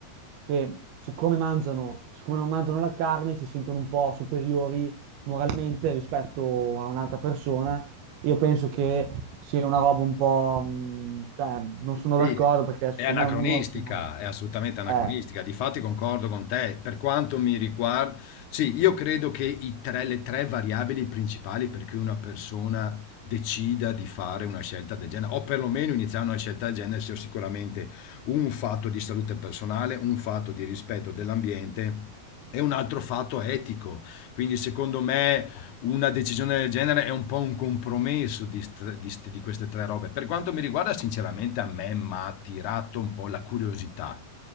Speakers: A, on the right (about 80°); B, on the left (about 65°).
A: che siccome mangiano, siccome non mangiano la carne, si sentono un po' superiori moralmente rispetto a un'altra persona. Io penso che sia una roba un po', mh, cioè, non sono
B: Sì,
A: d'accordo perché
B: è
A: secondo
B: anacronistica,
A: me ognuno ha il suo morale.
B: è assolutamente anacronistica.
A: Eh.
B: Difatti concordo con te. Per quanto mi riguarda, sì, io credo che i tre- le tre variabili principali per cui una persona decida di fare una scelta del genere, o perlomeno iniziare una scelta del genere, sia sicuramente un fatto di salute personale, un fatto di rispetto dell'ambiente. E un altro fatto etico. Quindi, secondo me, una decisione del genere è un po' un compromesso di, st- di st- di queste tre robe. Per quanto mi riguarda, sinceramente, a me mi ha attirato un po' la curiosità.